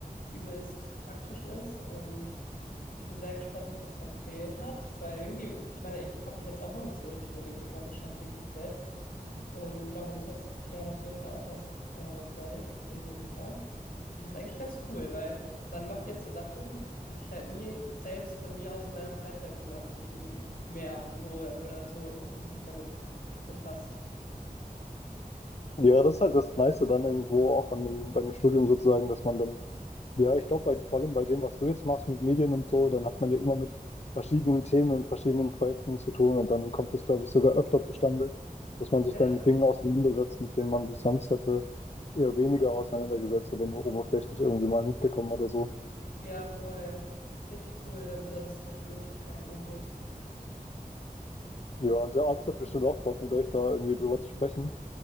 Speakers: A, on the left; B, on the left.
A: übelst praktisch ist. Und ich bin sehr gespannt, was er zu erzählen hat, weil irgendwie, ich meine, ich habe mich jetzt auch noch nicht so richtig mit dem Thema beschäftigt bis jetzt. Und darum ist das, ich lerne auf jeden Fall auch was äh, gleich, bin ich mir sicher. Und das ist eigentlich ganz cool, weil man macht jetzt so Sachen, hatte ich halt nie selbst von mir aus in meiner Freizeit gemacht, mich irgendwie mehr so oder so intensiv damit befasst.
B: ja, das ist halt das Nice dann irgendwo auch an dem, bei dem Studium sozusagen, dass man dann Ja, ich glaube, vor allem bei dem, was du jetzt machst mit Medien und so, dann hat man ja immer mit verschiedenen Themen und verschiedenen Projekten zu tun und dann kommt das, glaube ich, sogar öfter zustande, dass man sich
A: Ja,
B: dann mit Dingen auseinandersetzt, mit denen man sich sonst hätte eher weniger auseinandergesetzt oder nur oberflächlich irgendwie mal mitbekommen oder so.
A: ja, voll. Ist richtig cool, dann so, dass es solche Möglichkeiten dann gibt.
B: Ja, und der Arzt hat bestimmt auch Bock, mit euch da irgendwie drüber zu sprechen,